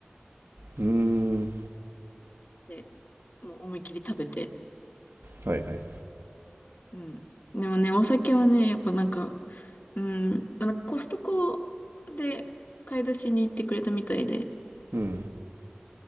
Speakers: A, on the right; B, on the left.
A: うーん
B: で、もう思いっきり食べて。
A: はいはい
B: うん。でもね、お酒はね、やっぱなんか、うん、なんかコストコで買い出しに行ってくれたみたいで、
A: うん